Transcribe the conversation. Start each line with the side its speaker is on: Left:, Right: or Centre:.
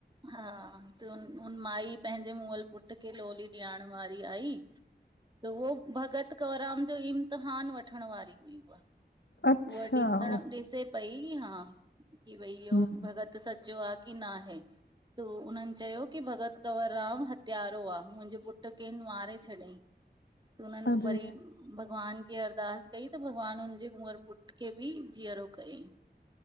Right: हा त हुन माई पंहिंजे मुअल पुट खे लोली ॾियारण वारी आई। त उहो भॻत कंवराम जो इम्तिहान वठणं वारी हुई उहा।
Left: अच्छा
Right: उहा ॾिसण,
Left: ओ
Right: ॾिसे पई हा, कि भई इह्यो
Left: हम्म
Right: भॻति सच्चो आ की ना हे। त उन्हन चयो की भॻति कंवरराम हत्यारो आ, मुंजे पुट्र खे हिन मारे छॾियंईं। त हुननि
Left: अरे
Right: वरी भॻवान खे अरदास कई, त भॻवानु हुनजे मुअलु पुट्र खे बि जीअरो कयंईं।